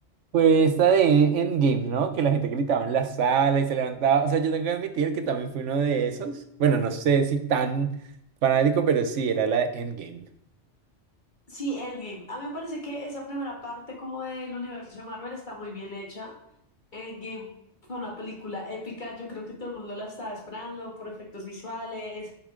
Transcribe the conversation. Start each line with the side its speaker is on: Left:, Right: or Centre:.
Right: Pues esta de Endgame, ¿no? Que la gente gritaba en la sala y se levantaba. O sea, yo tengo que admitir que también fui uno de esos. Bueno, no sé si tan fanático, pero sí, era la de Endgame.
Left: Sí, Endgame. A mí me parece que esa primera parte como del universo de Marvel está muy bien hecha Endgame fue una película épica, yo creo que todo el mundo la estaba esperando por efectos visuales,